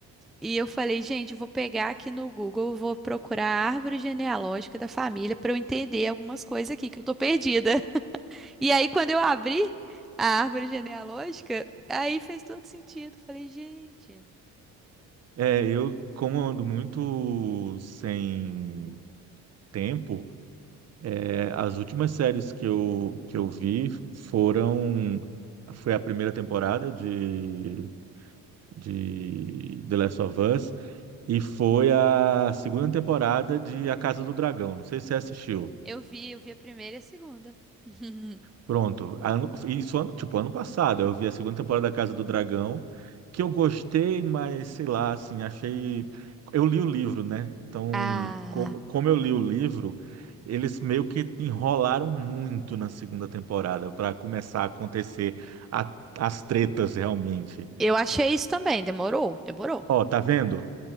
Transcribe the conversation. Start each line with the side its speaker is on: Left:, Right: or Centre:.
Centre: e eu falei, gente, eu vou pegar aqui no Google, eu vou procurar a árvore genealógica da família para eu entender algumas coisas aqui que eu tô perdida. E aí, quando eu abri a árvore genealógica, aí fez todo sentido. Falei, gente,
Right: É, eu, como eu ando muito sem tempo, é, as últimas séries que eu, que eu vi foram. Foi a primeira temporada de, de The Last of Us e foi a segunda temporada de A Casa do Dragão. Não sei se você assistiu.
Centre: eu vi, eu vi a primeira e a segunda. <laughs>
Right: Pronto. Ano- Isso ano, tipo, ano passado, eu vi a segunda temporada da Casa do Dragão, que eu gostei, mas sei lá, assim, achei. Eu li o livro, né? Então,
Centre: Ah.
Right: como, como eu li o livro, eles meio que enrolaram muito na segunda temporada para começar a acontecer a- as tretas realmente.
Centre: Eu achei isso também, demorou, demorou.
Right: Ó, tá vendo?